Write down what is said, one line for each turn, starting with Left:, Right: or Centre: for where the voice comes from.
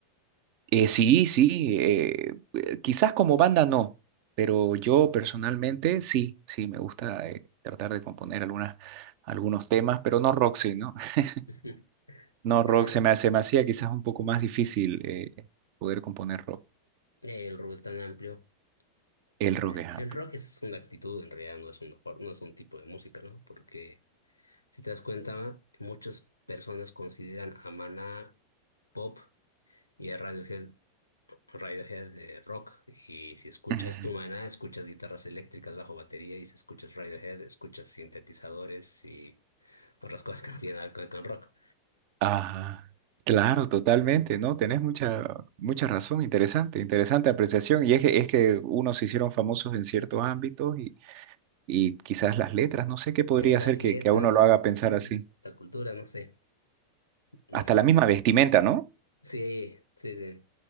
Right: eh, sí, sí, eh, eh, quizás como banda no, pero yo personalmente sí, sí, me gusta eh, tratar de componer algunas, algunos temas, pero no rock, sí, ¿no? <laughs>
Left: Ujú,
Right: No
Left: Claro,
Right: rock, se me, hace- me hacía quizás un poco más difícil eh, poder componer rock.
Left: el rock es tan amplio.
Right: El
Left: El,
Right: rock es amplio.
Left: el rock es una actitud, en realidad no es una for- no es un tipo de música, ¿no? Porque si te das cuenta, muchas personas consideran a Maná pop y a Radiohead Radiohead de rock. Y si escuchas
Right: <laughs>
Left: tu maná, escuchas guitarras eléctricas bajo batería. Y si escuchas Radiohead, escuchas sintetizadores y otras cosas que no tienen nada que ver con rock.
Right: Ajá. Claro, totalmente, ¿no? Tenés mucha, mucha razón, interesante, interesante apreciación. Y es que, es que unos se hicieron famosos en ciertos ámbitos y, y quizás las letras, no sé qué podría
Left: Que las
Right: hacer que,
Left: letras,
Right: que a uno
Left: la
Right: lo haga
Left: actitud,
Right: pensar así.
Left: la cultura, no sé. No
Right: Hasta
Left: sé.
Right: la misma vestimenta, ¿no?
Left: Sí, sí, sí.